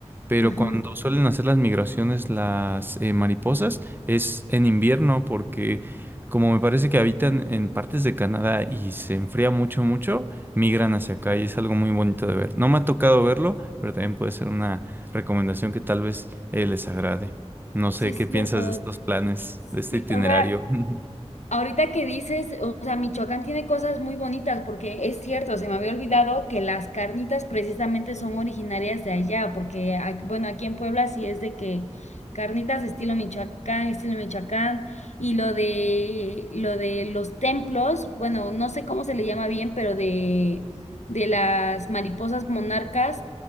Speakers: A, on the right; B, on the left.
A: Pero
B: Ujú,
A: cuando suelen hacer las migraciones las eh, mariposas es en invierno porque como me parece que habitan en partes de Canadá y se enfría mucho, mucho, migran hacia acá y es algo muy bonito de ver. No me ha tocado verlo, pero también puede ser una recomendación que tal vez eh, les agrade. No sé
B: Sí, es
A: qué piensas
B: cierto.
A: de estos planes, de este
B: Sí,
A: itinerario.
B: o sea,
A: <laughs>
B: ahorita que dices, o sea, Michoacán tiene cosas muy bonitas, porque es cierto, se me había olvidado que las carnitas precisamente son originarias de allá, porque, a- bueno, aquí en Puebla sí es de que carnitas estilo Michoacán, estilo Michoacán, y lo de, lo de los templos, bueno, no sé cómo se le llama bien, pero de, de las mariposas monarcas.